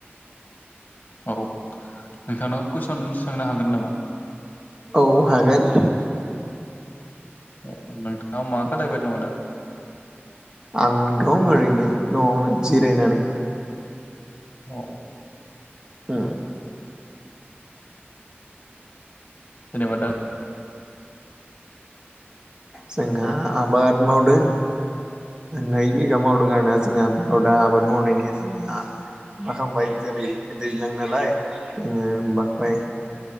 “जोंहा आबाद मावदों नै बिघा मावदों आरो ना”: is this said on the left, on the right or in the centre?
Right